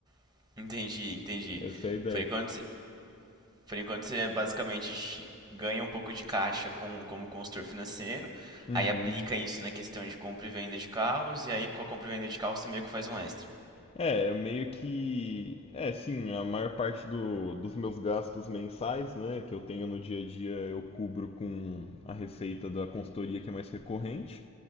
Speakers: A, on the right; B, on the left.
A: <laughs> Entendi, entendi.
B: Essa é a ideia.
A: Por enquanto, Por enquanto você basicamente gi- ganha um pouco de caixa com, como consultor financeiro,
B: Uhum.
A: aí aplica isso na questão de compra e venda de carros, e aí com a compra e venda de carros você meio que faz um extra.
B: É, eu meio que. É, sim, a maior parte do, dos meus gastos mensais, né, que eu tenho no dia a dia, eu cubro com a receita da consultoria que é mais recorrente.